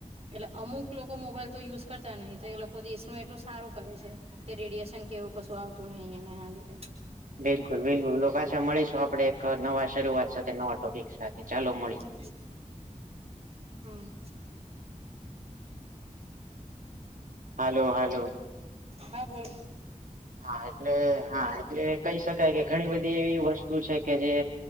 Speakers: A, on the right; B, on the right.
A: એટલે અમુક લોકો મોબાઈલ તો યુઝ કરતા નહિ તો એ લોકો દેશનું એટલું સારું કરે છે. કે રેડિયશન કે એવું કશું આવતું નહી એમ એના લીધે.
B: બિલકુલ બિલકુલ લો પાછા મળીશું આપડે એક નવા શરૂઆત સાથે નવા ટોપિક સાથે ચાલો મળી એ.
A: <unintelligible> હમ,
B: હાલો હાલો,
A: હા બોલ,
B: હા એટલે હા એટલે કહી શકાય કે ઘણી બધી એવી વસ્તુ છે કે જે,